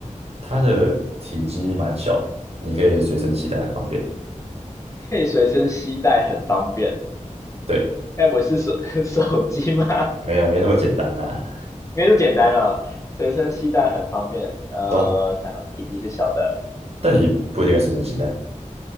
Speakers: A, on the right; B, on the left.
A: 它的体积蛮小的，你可以随身携带，很方便。
B: 可以随身携带，很方便。
A: 对，
B: 该不会是手 <laughs> 手机吗？
A: 没有没那么简单啦，
B: 因为就简单了，随身携带很方便。呃，
A: 对啊
B: 想想体积是小的。
A: 但你不一定会随身携带，